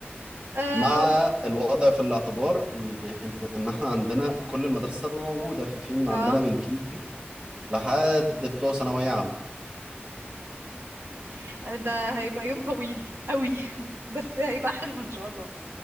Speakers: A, on the right; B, on the right.
A: اه
B: مع الوضع في الاعتبار ان ان إن احنا عندنا كل المدارس تبقى موجودة ففي من
A: اه
B: عندنا من كي جي لحد بتوع ثانوية عامة
A: <laughs> ده هيبقى يوم طويل قوي <laughs> بس هيبقى حلو ان شاء الله